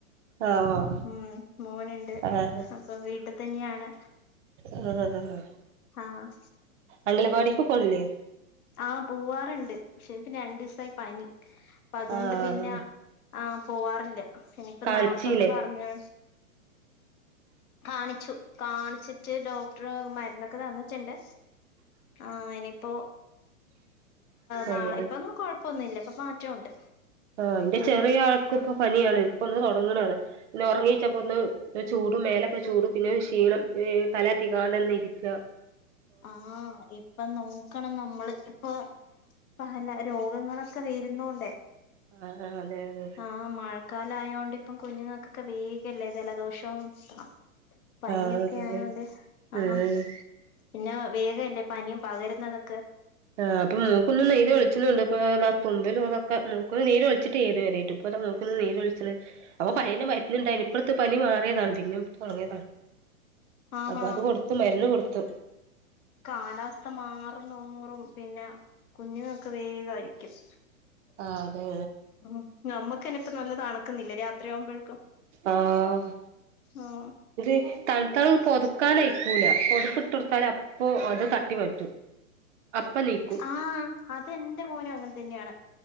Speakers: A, on the right; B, on the left.
A: ആഹ്
B: ആഹ് മോനുണ്ട്
A: ആഹ്
B: അപ്പൊ വീട്ടിതന്നെയാണ്
A: ആഹ്
B: ആഹ്
A: അംഗനവാടിക്ക് പോണില്ലേ
B: ആ പോവാറുണ്ട് പക്ഷെ പിന്നെ രണ്ടീസായി പനി അപ്പ അതുകൊണ്ട്
A: ആഹ്
B: പിന്നെ ആ പോവാറില്ല ഇനിപ്പോ
A: കളിച്ചീലേ
B: നാളെ തൊട്ട് പറഞ്ഞ് കാണിച്ചു കാണിച്ചിട്ട് ഡോക്ടർ മരുന്നൊക്കെ തന്നിട്ടുണ്ട് ആ ഇനിയിപ്പോ നാളെ
A: ആഹ്
B: ഇപ്പൊങ് കൊഴപ്പൊന്നുല്ല ഇപ്പ മാറ്റണ്ട്
A: ആ ഇന്റെ ചെറിയ ആൾക്കുപ്പൊ പനിയാണ് ഇപ്പൊ ഒന്ന് തൊടങ്ങണള്ളു പിന്നെ ഒറങ്ങീച്ചപ്പോ ഒന്ന് ചൂടും മേലൊക്കെ ചൂടും പിന്നെ ക്ഷീണം തല അധികാന്ന ഇരിക്കാ
B: ആഹ് ഇപ്പ നോക്കണം നമ്മള് ഇപ്പൊ പല രോഗങ്ങളൊക്കെ വരുന്നോണ്ടേ
A: ആഹ് അതെ അതെ
B: ആഹ് മഴക്കാലയൊണ്ട് ഇപ്പം കുഞ്ഞുങ്ങൾക്കൊക്കെ വേഗല്ലേ ജലദോഷവും പ പനിയൊക്കെ
A: ആഹ് അതെ
B: ആയോണ്ട് ആഹ്
A: ഉം
B: പിന്നെ വേഗല്ലേ പനിയും പകരുന്നതൊക്കെ
A: ആ അപ്പ മൂക്കുന്ന് നീരും ഒലിച്ച്ണ്ട്പ്പോ ദാ തുമ്പലൂതൊക്കെ മൂക്കന്ന് നീര് വെച്ചിട്ടില്ല ഇതുവരേ പ്പത നീരോലിച്ച്ണ് അപ്പൊ പനിടെ മരുന്നുണ്ടായിന് ഇപ്പട്ത്ത് പനി മാറിയതാണ് പിന്നെ തൊടങ്ങിയതാണ്
B: ആഹാ
A: അപ്പൊ അത് കൊടുത്തു മരുന്ന് കൊടുത്തു
B: കാലാവസ്ഥ മാറും തോറും പിന്നെ കുഞ്ഞുങ്ങക്ക് വേകായിരിക്കും
A: ആ അതെ
B: ആഹ് നമ്മക്കന്നെ ഇപ്പ നല്ല തണ്ക്ക്ന്നില്ലേ രാത്രിയാവുമ്പോഴക്കും
A: ആഹ്
B: ആഹ്
A: ഇത് തൺത്താളും പൊതക്കാൻയിക്കൂല പൊതപ്പ്ട്ടൊട്ത്താല് അപ്പൊ അത് തട്ടിമാറ്റും അപ്പ നീക്കും
B: ആഹ് അതെന്റെ മോനും അങ്ങനെ തന്നെയാണ്